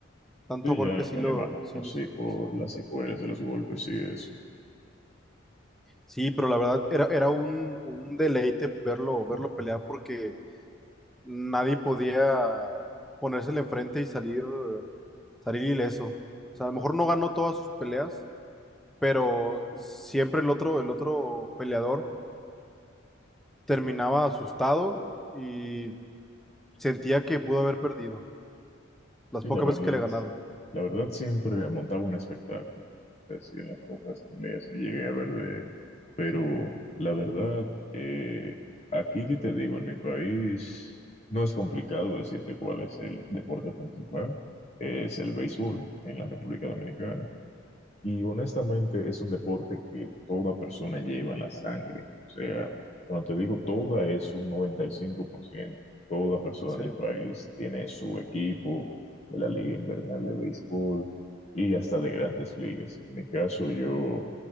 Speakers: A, in the centre; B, on the left.
A: Tanto
B: Sí,
A: golpe
B: ya
A: sí
B: me
A: lo,
B: lo imagino,
A: sí, lo-
B: sí,
A: sí lo-
B: por
A: sí.
B: las secuelas de los golpes y eso.
A: Sí, pero la verdad era, era un, un deleite verlo, verlo pelear porque nadie podía ponérsele enfrente y salir, salir ileso. O sea, a lo mejor no ganó todas sus peleas, pero siempre el otro, el otro peleador terminaba asustado y sentía que pudo haber perdido. Las
B: Y
A: pocas
B: la verdad,
A: veces que le ganaron.
B: la verdad siempre montaba un espectáculo. Es decir, en las pocas peleas que llegué a ver de él. Pero la verdad, eh, aquí que te digo, en mi país no es complicado decirte cuál es el deporte principal. Es el béisbol en la República Dominicana. Y honestamente es un deporte que toda persona lleva en la sangre. O sea, cuando te digo toda es un noventa y cinco por ciento, Toda persona
A: En serio.
B: en el país tiene su equipo de la Liga Invernal de Béisbol y hasta de grandes ligas. En mi caso, yo